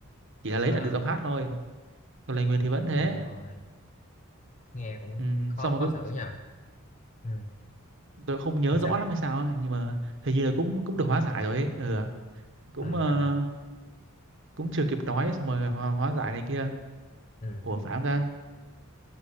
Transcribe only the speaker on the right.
chỉ
là lấy lại được giọng hát thôi còn lời Nguyền thì vẫn thế
ừ,
xong
mà cũng-
tôi không nhớ
rõ
lắm hay sao ấy, nhưng mà hình như là cũng cũng được hóa giải rồi ấy ừ, cũng
ờ, cũng chưa kịp nói xong rồi hóa, hóa giải này kia
ủa phải không ta